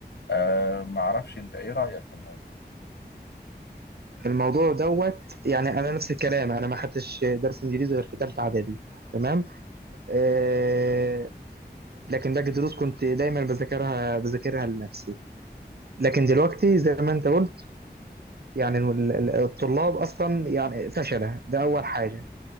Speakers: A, on the left (about 80°); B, on the right (about 65°).
A: آه معرفش أنت إيه رأيك في الموضوع
B: الموضوع دوت يعني انا نفس الكلام انا ما خدتش درس انجليزي غير في ثالثه اعدادي تمام آه لكن باقي الدروس كنت دايما بذاكرها بذاكرها لنفسي لكن دلوقتي زي ما انت قلت يعني ال- ال- الطلاب اصلا يعني فشله ده اول حاجه